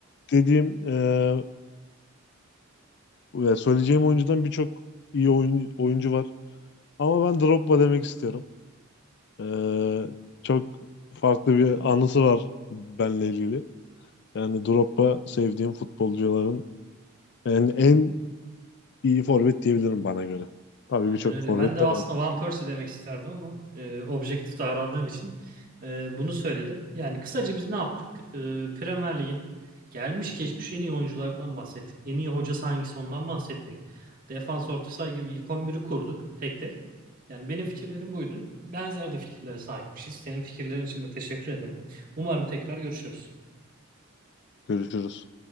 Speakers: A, on the left; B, on the right.
A: dediğim eee, ve söyleyeceğim oyuncudan birçok iyi oyun- oyuncu var. Ama ben Drogba demek istiyorum. Eee, çok farklı bir anısı var benle ilgili. Yani Drogba sevdiğim futbolcuların en, en iyi forvet diyebilirim bana göre. Tabii
B: Aynen
A: birçok
B: öyle.
A: forvet
B: Ben de aslında
A: de vardı.
B: Van Persie demek isterdim ama e, objektif davrandığım için e, bunu söyledim. Yani kısaca biz ne yaptık? E, Premier Lig'in gelmiş geçmiş en iyi oyuncularından bahsettik. En iyi hocası hangisi ondan bahsettik. Defans orta saha gibi ilk on biri kurduk tek tek. Yani benim fikirlerim buydu. Benzer de fikirlere sahipmişiz. Senin fikirlerin için de teşekkür ederim. Umarım tekrar görüşürüz.
A: Görüşürüz.